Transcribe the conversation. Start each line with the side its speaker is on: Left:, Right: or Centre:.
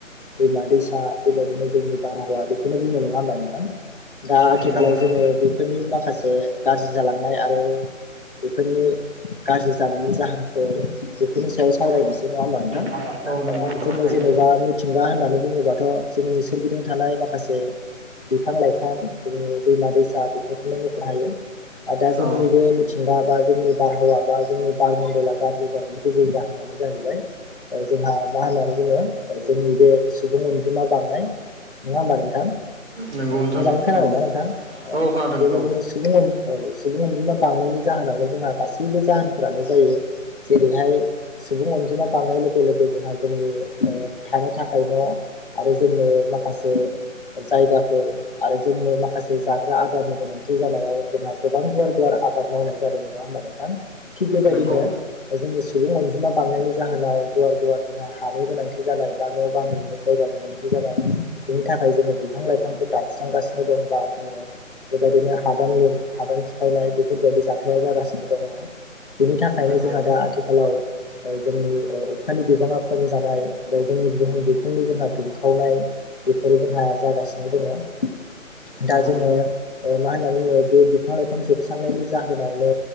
Left: दैमा दैसा बेबायदिनो जोंनि बारहावा बेखौनो बुंङो नङा होमबा नोंथां। दा आथिखालाव
Right: नंगौ नोंथां
Left: जोङो बेफोरनि माखासे गाज्रि जालांनाय आरो बेफोरनि गाज्रि जानायनि जाहोनफोर बेफोरनि सायाव सावरायनोसै नङा होमबा नोंथां।
Right: औ नंगौ
Left: ओ
Right: नोंथां
Left: जोङो
Right: हायो
Left: जेन'बा मिथिंगा होननानै बुङोबा थ' जोंनि सोरगिदिं थानाय माखासे बिफां - लाइफां जोंनि दैमा- दैसा बेफोरखौनो मखनो हायो। दा जोंनि
Right: औ
Left: बे मिथिंगा बा जोंनि बारहावा बा जोंनि बारमन्दला गाज्रि जानायनि गुबै जाहोनानो जाहैबाय जोंहा मा होननानै बुङो जोंनि बे सुबुं अनजिमा बांनाय नङा होमबा नोंथां।
Right: नंगौ
Left: ओ
Right: नोंथां
Left: मोजाङै खोनादों
Right: औ
Left: ना नोंथां
Right: औ खोनादों
Left: बेबायदिनो
Right: औ
Left: सुबुं औ सुबुं अनजिमा बांनायनि जाहोनावनो जोंहा गासैबो जाहोनफोरानो जायो। जेरैहाय सुबुं अनजिमा बांनाय लोगो - लोगो जोंहा जोंनि ओ थानो थाखाय न'। आरो जोंनो माखासे जायगाफोर आरो जोंनो माखासे जाग्रा आदार। गोनांथि जानायाव जोंहा गोबां गुवार -गुवार आबाद मावनाय जादों नङा होनबा नों। थां थिग बेबायदिनो।
Right: नंगौ
Left: जोंनि सुबुं अनजिमा बांनायनि जाहोनाव गुवार- गुवार जोंहा हानि गोनांथि जानाय बा न' बां लुनो जायगा। गोनांथि जाबाय बेनि थाखाय जोङो बिफां - लाइफांखौ दानस्रांगासिनो दं बा जोङो बेबायदि। हादान हादान सिफायनाय बेफोरबायदि जाथाया जागासिनो दङ। बेनि थाखायनो
Right: नंगौ
Left: जोंहा दा आथिखालाव जोंनि अखानि बिबाङा खम जानाय आरो जोंनि। जोंनि बुहुम बिखनि जोंहा दुंखावनाय बेफोरो जोंहा जागासिनो दङ। दा
Right: नंगौ
Left: जोङो मा होनना बुङो बे बिफां - लाइफां जोबस्रांनायनि जाहोनावनो।